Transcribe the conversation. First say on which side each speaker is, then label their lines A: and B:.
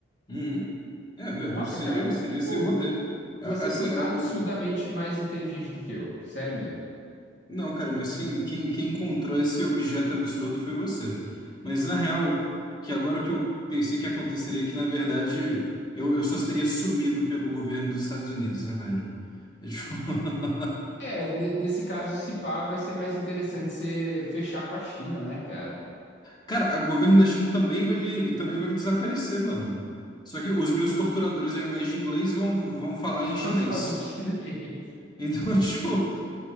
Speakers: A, on the left; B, on the left.
A: Uhum. É, velho,
B: Nossa,
A: seria,
B: cara,
A: seria esse
B: ou
A: o rolê.
B: você
A: A- Assim,
B: foi
A: a-
B: absurdamente
A: o,
B: mais inteligente do que eu, sério mesmo.
A: Não, cara, mas quem, quem, quem encontrou esse objeto absurdo foi você. Mas na real, que agora o que eu pensei que aconteceria é que, na verdade, eu, eu só seria sumido pelo governo dos Estados Unidos, né, velho? É tipo, <laughs>
B: Hum. É, ne- nesse caso, se pá, vai ser mais interessante você fechar com a China, né, cara?
A: Cara, o governo da China também vai me, também vai me desaparecer, mano. Só que os meus torturadores, ao invés de inglês, vão, vão falar
B: <laughs>
A: em chinês.
B: Eu falo chinês.
A: Então, <laughs> tipo,